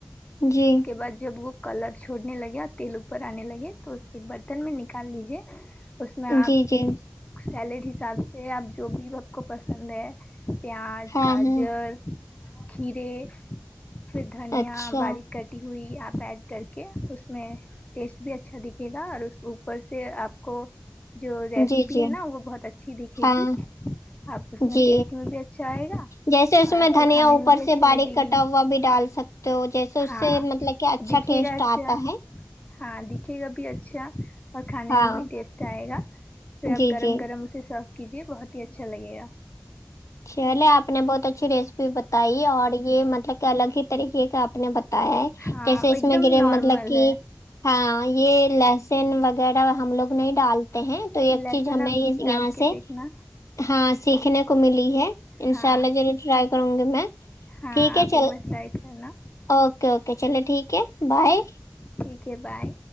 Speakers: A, on the left; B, on the left.
A: جی
B: اس کے بعد جب وہ کلر چھوڑنے لگے اور تیل اوپر آنے لگے تو اس ایک برتن میں نکال لیجیے اس میں آپ
A: جی جی
B: سیلیڈ حساب سے آپ جو بھی آپ کو پسند ہے پیاز
A: ہاں
B: گاجر
A: ہاں
B: کھیرے پھر دھنیا
A: اچھا
B: باریک کٹی ہوئی آپ ایڈ کر کے اس میں ٹیسٹ بھی اچھا دیکھیگا اور اس اوپر سے آپ کو جو ریسیپی
A: جی جی
B: ہے نا وہ بہت اچھی دکھے
A: ہاں
B: گی اب اس میں
A: جی
B: ٹیسٹ میں بھی اچھا آئے گا
A: جیسے اس
B: اور آپ
A: میں دھنیا
B: کو کھانے
A: اوپر
B: میں بھی اچھی
A: سے باریک
B: لگے
A: کٹا
B: گی
A: ہوا بھی ڈال سکتے ہو جیسے اس
B: ہاں
A: سے مطلب کہ اچھا
B: دکھے
A: ٹیسٹ
B: گا اچھا
A: آتا ہے
B: ہاں دکھے گا بھی اچھا اور کھانے
A: ہاں
B: میں بھی ٹیسٹ آئے گا پھر
A: جی
B: آپ گرم
A: جی
B: گرم اسے سرو کیجیے بہت ہی اچھا لگے گا
A: چلے آپ نے بہت اچھی ریسیپی بتائی اور یہ مطلب کہ الگ ہی طریقے کا آپ نے بتایا ہے
B: ہاں
A: جیسے اس
B: ایک
A: میں
B: دم
A: گرے
B: نارمل
A: مطلب کہ
B: ہے
A: ہاں یہ لہسن وغیرہ ہم لوگ نہیں ڈالتے ہیں تو ایک
B: لہسن
A: چیز ہمیں
B: آپ
A: یہ
B: ڈال
A: یہاں
B: کے
A: سے
B: دیکھنا
A: ہاں سیکھنے کو ملی انشاء
B: ہاں
A: اللہ ضور ٹرائی کروں گی میں
B: ہاں
A: ٹھیک ہے
B: آپ
A: چل
B: ایک بار ٹرائی کرنا
A: اوکے اوکے چلے ٹھیک ہے بائے
B: ٹھیک ہے بائے